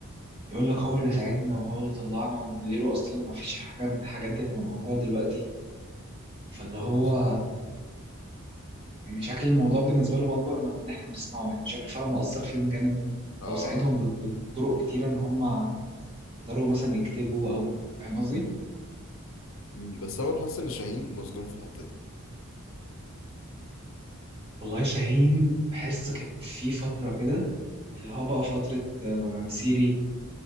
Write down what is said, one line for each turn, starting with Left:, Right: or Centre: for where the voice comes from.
Right: يقول لك
Left: مم.
Right: هو اللي ساعدنا وهو اللي طلعنا ومن غيره اصلا ما فيش حاجه من الحاجات دي هتبقى موجوده دلوقتي فاللي
Left: بالظبط
Right: هو يعني شكل الموضوع بالنسبه لهم اكبر من من احنا بنسمعه يعني شكل فعلا مؤثر فيهم جامد
Left: اه
Right: او ساعدهم ب- ب- بطرق كتيره ان هم يقدروا مثلا يكتبوا او فاهم قصدي
Left: مم. بس انا برضه حاسس ان شاهين مظلوم في الحته دي
Right: والله شاهين بحس كان في فتره كده اللي هو بقى فتره آه، سيري